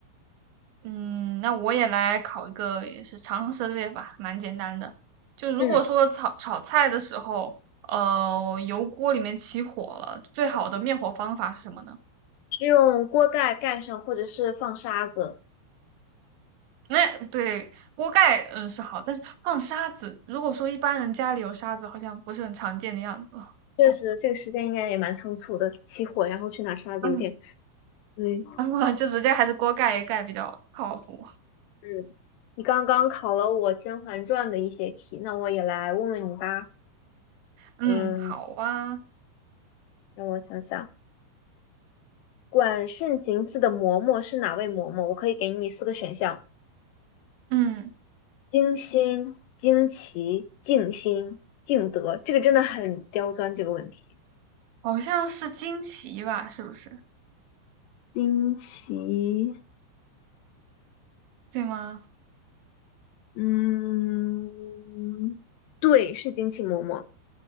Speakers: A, on the right; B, on the left.
A: 嗯，那我也来考一个也是常识类吧，蛮简单的。就如果说炒炒菜的时候，
B: 嗯，
A: 呃，油锅里面起火了，最好的灭火方法是什么呢？
B: 是用锅盖盖上或者是放沙子。
A: 那对锅盖，嗯，是好，但是放沙子，如果说一般人家里有沙子，好像不是很常见的样子。
B: 确实，这个时间应该也蛮仓促的，起火然后去拿沙子，
A: 嗯，
B: 有点
A: <laughs>
B: 对，
A: 然后就直接还是锅盖一盖比较靠谱。
B: 嗯。你刚刚考了我《甄嬛传》的一些题，那我也来问问你吧。
A: 嗯，
B: 嗯，
A: 好啊，
B: 让我想想。管慎行寺的嬷嬷是哪位嬷嬷？我可以给你四个选项：
A: 嗯，
B: 精心、惊奇、静心、敬德。这个真的很刁钻，这个问题。
A: 好像是惊奇吧，是不是？
B: 惊奇，
A: 对吗？
B: 嗯，对，是惊奇嬷嬷，